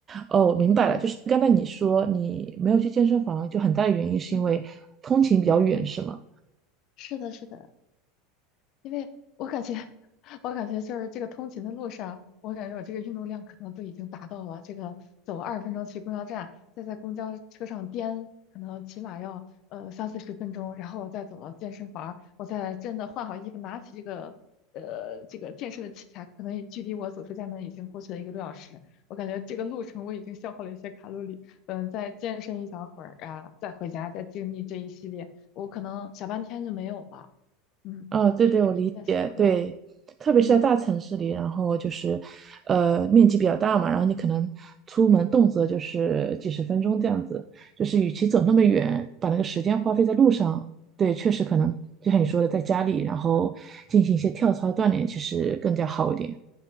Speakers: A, on the right; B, on the left.
A: 哦，明白了，
B: 对的。
A: 就是刚才你说你没有去健身房，就很大的原因是因为通勤比较远，
B: 嗯，
A: 是吗？
B: 是的，是的，因为我感觉，我感觉就是这个通勤的路上，我感觉我这个运动量可能都已经达到了。这个走二十分钟去公交站，再在公交车上颠，可能起码要呃三四十分钟，然后我再走到健身房，我再真的换好衣服，拿起这个呃这个健身的器材，可能距离我走出家门已经过去了一个多小时。我感觉这个路程我已经消耗了一些卡路里，嗯，再健身一小会儿啊，再回家，再经历这一系列，我可能小半天就没有了。嗯，
A: 啊，对对，
B: 有有一点点舍不得，
A: 我理解，对，特别是在大城市里，
B: 嗯
A: 然后就是，呃，面积比较大嘛，然后你可能出门动辄就是几十分钟这样子，
B: 嗯
A: 就是与其走那么远，
B: 嗯
A: 把那个时间花费在路上，对，确实可能就像你说的，
B: 嗯，
A: 在家里然后进行一些跳操锻炼，其实更加好一点，